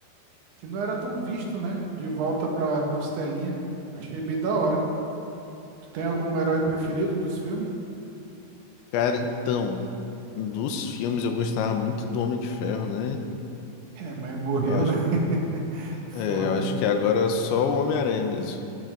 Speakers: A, on the right (about 80°); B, on the left (about 80°).
A: que não era tão visto, né? De volta pra pastelinha. Achei bem da hora. Tu tem algum herói preferido dos filmes?
B: Cara, então, um dos filmes eu gostava muito do Homem de Ferro, né?
A: É, mas morreu,
B: Eu acho,
A: né? <laughs> Foda.
B: é, eu acho que agora é só o Homem-Aranha mesmo.